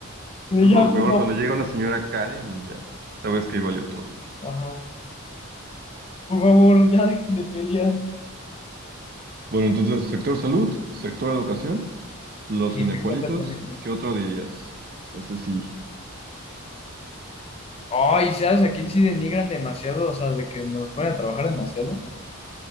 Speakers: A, on the left; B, on the right.
A: Y
B: Es
A: ya,
B: lo peor
A: por favor.
B: cuando llega una señora Karen y ya sabes que ahí valió todo.
A: Ajá. Por favor, ya dejen de pelear.
B: Bueno, entonces, sector salud, sector educación, los
A: Y
B: cinepolitos,
A: te cuenta tremendo.
B: ¿qué otro dirías? Ese sí,
A: Ay, ¿sabes a quién sí denigran demasiado? O sea, de que nos ponen a trabajar demasiado.